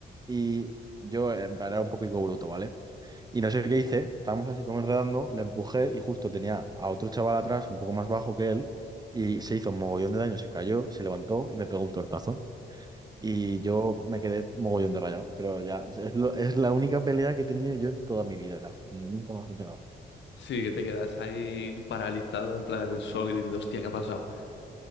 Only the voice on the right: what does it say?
Y yo, en plan, era un poco higo bruto, ¿vale? Y no sé qué hice, estábamos así como enredando, le empujé y justo tenía a otro chaval atrás, un poco más bajo que él, y se hizo un mogollón de daño, se cayó, se levantó y me pegó un tortazo. Y yo me quedé mogollón de rayado, pero ya, es, lo- es la única pelea que he tenido yo en toda mi vida. Nunca más me he pegado.